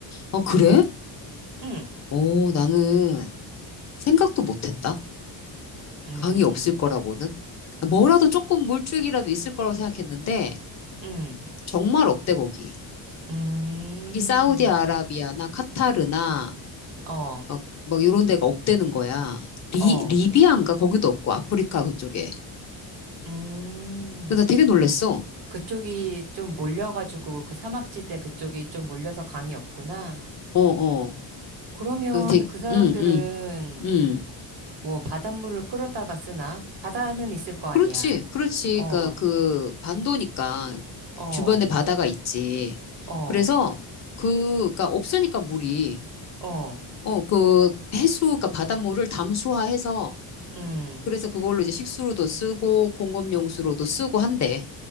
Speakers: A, on the left (about 40°); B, on the right (about 65°).
A: 어, 그래?
B: 응,
A: 어, 나는 생각도 못 했다.
B: 음,
A: 강이 없을 거라고는. 아, 뭐라도 조금 물줄기라도 있을 거라고 생각했는데,
B: 음,
A: 정말 없대, 거기.
B: 음,
A: 특히 사우디아라비아나 카타르나,
B: 어,
A: 막, 막 이런 데가 없대는 거야. 리,
B: 어,
A: 리비아인가? 거기도 없고, 아프리카 그쪽에.
B: 음.
A: 그래서 나 되게 놀랬어.
B: 그쪽이 좀 몰려가지고 그 사막지대 그쪽이 좀 몰려서 강이 없구나.
A: 어, 어.
B: 그러면
A: 그 되게,
B: 그 사람들은
A: 응, 응, 응.
B: 뭐 바닷물을 끌어다가 쓰나? 바다는 있을 거
A: 그렇지,
B: 아니야.
A: 그렇지.
B: 어,
A: 그러니까 그 반도니까
B: 어,
A: 주변에 바다가 있지.
B: 어,
A: 그래서 그, 그러니까 없으니까 물이
B: 어,
A: 어, 그 해수, 그러니까 바닷물을 담수화해서
B: 음.
A: 그래서 그걸로 이제 식수로도 쓰고 공업용수로도 쓰고 한대.